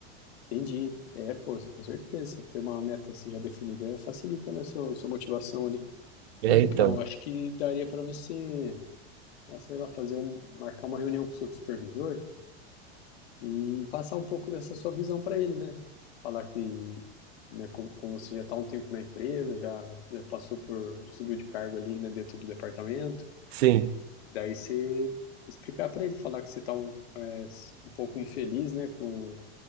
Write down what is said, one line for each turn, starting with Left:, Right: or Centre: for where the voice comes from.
Left: entendi. É, pô, com certeza, você ter uma meta, assim, já definida facilita, né, sua, sua motivação ali.
Right: É,
Left: Mas
Right: então.
Left: então, eu acho que daria para você, ah, sei lá, fazer um, marcar uma reunião com o seu supervisor e passar um pouco dessa sua visão para ele, né? Falar que, né, como, como você já está um tempo na empresa, já, já passou por, já subiu de cargo ali, né, dentro do departamento,
Right: Sim,
Left: daí você explicar para ele, falar que você está um, é, um pouco infeliz, né, com,